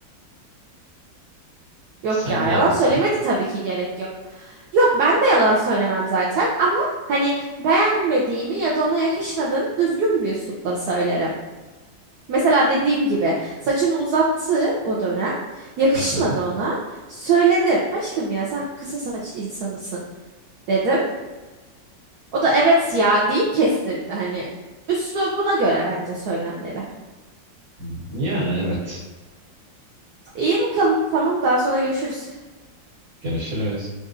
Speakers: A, on the right; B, on the right.
A: yok
B: Sen
A: ya
B: der
A: yalan
B: misin?
A: söylemedi tabii ki gerek yok. Yok ben de yalan söylemem zaten ama hani beğenmediğimi ya da ona yakışmadığını düzgün bir üslupla söylerim. Mesela dediğim gibi saçını uzattı o dönem. Yakışmadı
B: Aha.
A: ona. Söyledim. Aşkım ya sen kısa saç insanısın dedim. O da evet ya deyip kestirdi. Hani üslubuna göre bence söylenmeli.
B: Hmm, Yani evet.
A: İyi bakalım. Tamam daha sonra görüşürüz.
B: Görüşürüz.